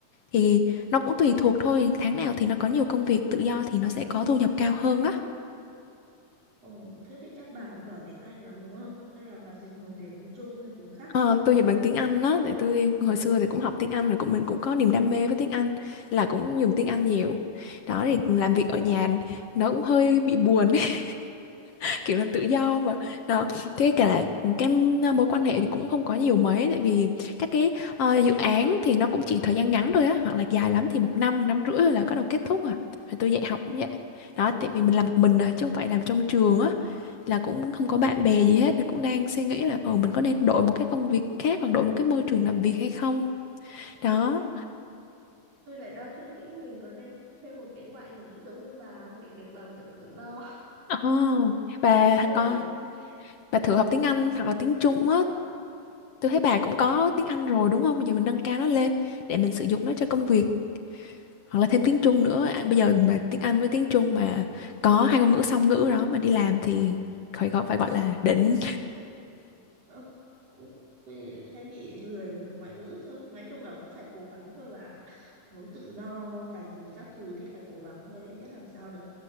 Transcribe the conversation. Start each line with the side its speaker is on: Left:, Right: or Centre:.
Left: thì nó cũng tùy thuộc thôi tháng nào thì nó có nhiều công việc tự do thì nó sẽ có thu nhập cao hơn á
Right: ừ. thế thì chắc bà học giỏi tiếng Anh lắm đúng không hay là bà dịch bằng tiếng Trung hay tiếng khác
Left: Ờ, tôi dịch bằng tiếng Anh đó, tại tôi hồi xưa thì cũng học tiếng Anh rồi cũng mình cũng có niềm đam mê với tiếng Anh là cũng dùng tiếng Anh nhiều. Đó thì làm việc ở nhà nó cũng hơi bị buồn ấy, <laughs> kiểu là tự do mà. Đó, thế cả là cái à, mối quan hệ thì cũng không có nhiều mấy tại vì các cái ờ, dự án thì nó cũng chỉ thời gian ngắn thôi á, hoặc là dài lắm thì một năm, năm rưỡi là bắt đầu kết thúc à. Rồi Tôi dạy học cũng vậy. Đó, tại vì mình làm một mình à, chứ không phải làm trong trường á là cũng không có bạn bè gì hết cũng đang suy nghĩ là ờ mình có nên đổi một cái công việc khác hoặc đổi một cái môi trường làm việc hay không đó
Right: tôi lại đang suy nghĩ mình có nên học thêm một cái ngoại ngữ giống như bà không để được làm việc tự do
Left: ờ bà
Right: tôi
Left: có
Right: là tôi
Left: bà
Right: tôi
Left: thử học tiếng Anh hoặc là tiếng
Right: chán
Left: Trung á
Right: lắm
Left: tôi thấy bà
Right: ừ.
Left: cũng có tiếng Anh rồi đúng không bây giờ mình nâng cao nó lên để mình sử dụng nó cho công việc hoặc là thêm tiếng Trung nữa À, bây giờ mà tiếng Anh với tiếng Trung mà có hai ngôn ngữ song ngữ đó mà đi làm thì phải gọi phải gọi là đỉnh
Right: ờ, tôi hay bị lười học ngoại ngữ thôi nói chung là cũng phải cố gắng thôi và muốn tự do tài chính các thứ thì phải cố gắng thôi biết làm sao được